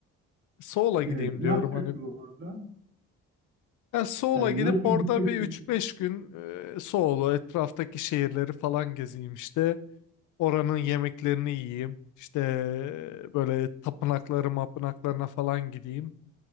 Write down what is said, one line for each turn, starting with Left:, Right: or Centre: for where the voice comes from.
Left: Seoul'a gideyim
Right: Evet. Ne
Left: diyorum
Right: yapacaksın
Left: hani.
Right: orada?
Left: Ya Seoul'a
Right: Yani
Left: gidip
Right: nasıl
Left: orada
Right: gideceksin?
Left: bir üç beş gün e, Seoul'u etraftaki şehirleri falan gezeyim işte. Oranın yemeklerini yiyeyim. İşte e, böyle tapınakları mapınaklarına falan gideyim.